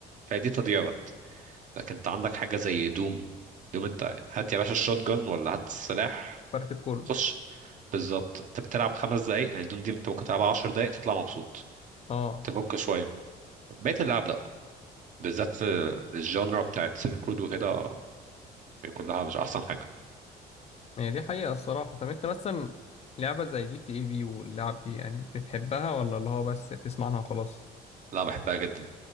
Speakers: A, on the right (about 50°); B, on the left (about 40°).
A: فدي تضييع وقت لكن أنت عندك حاجة زي دوم دوم أنت هات يا باشا الشوت جان ولا هات السلاح
B: فرق كله
A: خش بالظبط انت بتلعب خمس دقايق يعني دون دي انت ممكن تلعبها عشر دقايق تطلع مبسوط
B: اه
A: تفك شويه بقية اللعب لا بالذات الجانرا بتاعت سيلك رود وكده كلها مش احسن حاجه
B: هي دي حقيقة الصراحة طب انت مثلا لعبة زي جي تي اي في واللعب دي يعني بتحبها ولا اللي هو بس بتسمع عنها وخلاص
A: لا بحبها جدا